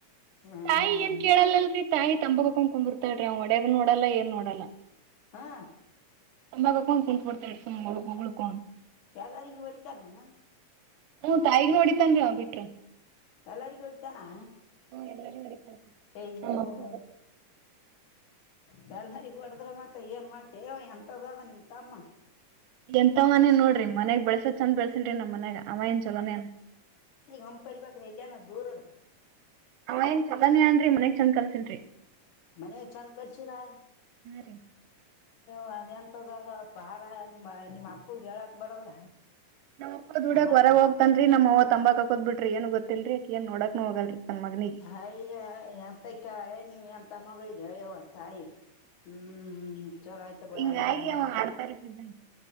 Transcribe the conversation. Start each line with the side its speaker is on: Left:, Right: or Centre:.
Left: ಹ್ಮ್
Right: ತಾಯಿ ಏನ್ ಕೇಳಲ್ಲಲ್ರರಿ ತಾಯಿ ತಂಬಕೊಂಡ್ಕೊಂಡ್ಿರ್ತಾಳ್ರಿ ಅವ್ ಒಡ್ಯದ್ ನೋಡಲ್ಲ ಏನ್ ನೋಡಲ್ಲ
Left: ಹಾ
Right: ತಂಬಕಕ್ಕ ಕುಟು ಬಿಡ್ತಾ ಇಡ್ತ ಉಗುಳು ಉಕ
Left: ಎಲ್ಲರಿಗೆ ಹೊಡಿತಾನ ನ
Right: ಹ ತಾಯಿಗ್ ನೋಡಿತನ್ೀ ನ ಬಿಟ್ಟ
Left: ಎಲ್ಲರಿಗೂ ಹೊಡಿತಾನೆ
Right: ಹ್ಮ್ ಎಲ್ಲರಿಗೂ ಹೊಡಿತಾನ
Left: ಎ
Right: ನಮ್ಮಪ್ಪ
Left: ಓ ಹ
Right: ಒಬ್ಬಾಕೆ.
Left: ಶಾರಿ <unintelligible> ಹೊಡದ್ರ ಮತ್ತೆ ಏನ್ ಮಾಡ್ತೆವ ಎಂತದದ ನಿಮ ತಮ್ಮ
Right: ಎಂತ ಮನಿ ನೋಡ್ರಿ ಮನ್ಯಾಗ ಬೆಳಸೋತ್ ಚಂದ ಬೆಳಸಿಲ್ರಿ ನಮ್ಮ್ ಮನ್ಯಾಗ ಅವ ನ್ ಚಲೋನೇನ್
Left: ಹಂಪರಿ ಬ್ರೆ ಇಲ್ಲಯಾನ ದೂರ ಅದ
Right: ಹಾ ಏನ್ ಚಲನಿ ಅನ್ರರಿ ಮನ್ಗ್ ಚಂದ್ ಕಲ್ಸಿನ್ರರಿ
Left: ಮನೆ ಚಂದ್ ಕಟ್ಸಾನಾ
Right: ರೀ.
Left: ಮನೆಂತದ ಅ ಪಹಾರ ನಿಮ್ಮ ನಿಮ್ಮ್ ಅಪ್ಪ ಹೇಳಕ್ ಬರದ್ರ
Right: ನಮ್ಮ್ಪ್ಪ ದುಡಾಕ್
Left: ಹ
Right: ಹೊರಗ್ೋಗತನ್ರಿ ನಮ್ಮ್ವ ತಂಬಾಕದ್ ಬಿ್ರಿ ಏನು ಗೊತ್ತಲ್ರಿ ಏನ್ ನೋಡಕ್ ಹೋಗಲ್ರಿ ತನ್ ಮಗನಿಗೆ.
Left: ಹಯ ಎಂತ ಕ ನೀ ಎ ತಮಗ್ರ ಜಯವ ತಾಯ ಹ ಚಲೋ ಆಯ್ತು ಬಿಳ
Right: ಹಿಂಗಾಗಿ
Left: ಹಂಗಾರ ಅಂದ್ರ
Right: ಅವ ಆಡ್ತಾರ ಇದ್ದಿದ್ದಂತ.